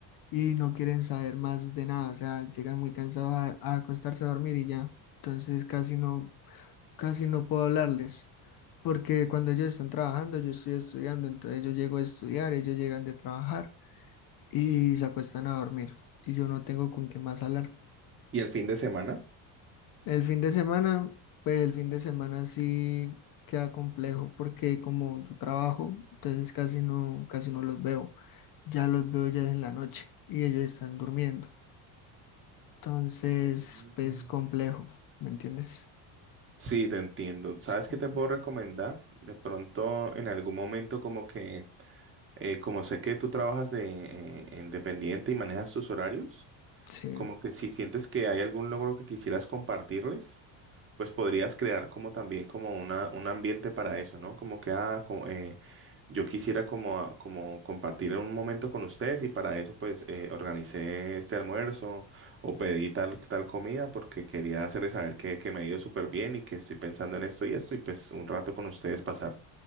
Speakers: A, on the left; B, on the right.
A: y no quieren saber más de nada, o sea, llegan muy cansados a, a acostarse a dormir y ya. Entonces casi no, casi no puedo hablarles, porque cuando ellos están trabajando, yo estoy estudiando, entonces yo llego a estudiar, ellos llegan de trabajar y se acuestan a dormir y yo no tengo con qué más hablar.
B: ¿Y el fin de semana?
A: El fin de semana, pues el fin de semana sí queda complejo porque como yo trabajo, entonces casi no, casi no los veo. Ya los veo ya en la noche y ellos están durmiendo. Entonces,
B: Mm.
A: pues complejo, ¿me entiendes?
B: Sí, te entiendo. ¿Sabes
A: Es complejo.
B: qué te puedo recomendar? De pronto, en algún momento, como que, eh, como sé que tú trabajas de eh, independiente y manejas tus horarios,
A: Sí,
B: como que si sientes que hay algún logro que quisieras compartirles, pues podrías crear como también como una, un ambiente para eso, ¿no? Como que, ah, co- eh, yo quisiera como, a- como compartir un momento con ustedes y para eso pues eh, organicé este almuerzo o pedí tal, tal comida porque quería hacerles saber que, que me ha ido súper bien y que estoy pensando en esto y esto y pues un rato con ustedes pasar.